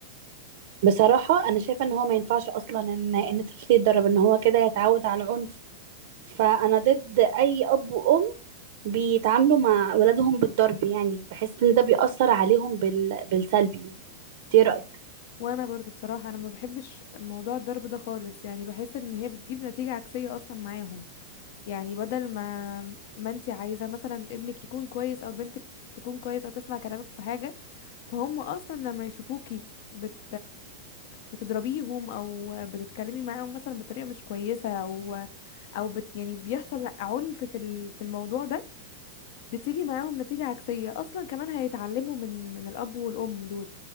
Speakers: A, on the right (about 50°); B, on the left (about 50°).
A: بصراحة أنا شايفة إن هو ما ينفعش أصلا إن إن طفل يتدرب إن هو كده يتعود على العنف فأنا ضد أي أب وأم بيتعاملوا مع ولادهم بالضرب يعني بحس إن ده بيأثر عليهم بال... بالسلبي إنت إيه رأيك؟
B: وأنا برضو بصراحة أنا ما بحبش موضوع الضرب ده خالص يعني بحس إن هي بتجيب نتيجة عكسية أصلا معاهم يعني بدل ما ما انت عايزة مثلا ابنك يكون كويس او بنتك تكون كويس او تسمع كلامك في حاجة فهم اصلا لما يشوفوكي بت بتضربيهم او بتتكلمي معاهم مثلا بطريقة مش كويسة او او بت يعني بيحصل عنف في ال- في الموضوع ده بتيجي معاهم نتيجة عكسية اصلا كمان هيتعلموا من من الاب والام دول